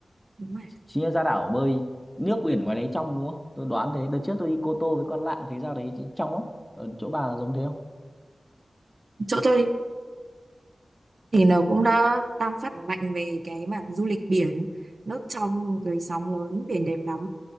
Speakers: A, on the right (about 60°); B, in the centre.
A: đúng rồi
B: Chính là ra đảo bơi nước biển ngoài đấy trong đúng không? Tôi đoán thế. Đợt trước tôi đi Cô Tô với con Lạng thấy ra đấy trong lắm. Ở chỗ bà giống thế không?
A: chỗ tôi thì nó cũng đã đang phát mạnh về cái mảng du lịch biển nước trong rồi sóng lớn biển đẹp lắm